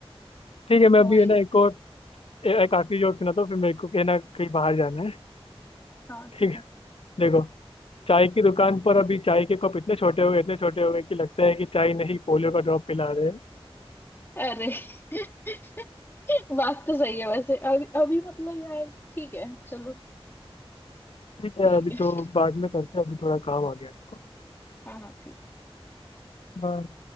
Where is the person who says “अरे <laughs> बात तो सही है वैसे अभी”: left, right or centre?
Left